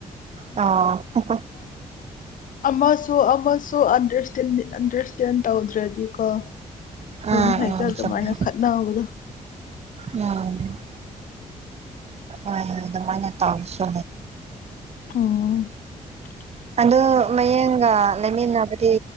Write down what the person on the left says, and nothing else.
ꯑꯃꯁꯨ ꯑꯃꯁꯨꯟꯗꯇ ꯑꯟꯗꯔꯁꯇꯦꯟ ꯇꯧꯗ꯭ꯔꯗꯤꯀꯣ ꯑꯗꯨꯝ
ꯍꯥꯏꯛꯇꯠ
ꯑꯗꯨꯃꯥꯏꯅ
ꯈꯠꯅꯕꯗꯣ
ꯑꯥ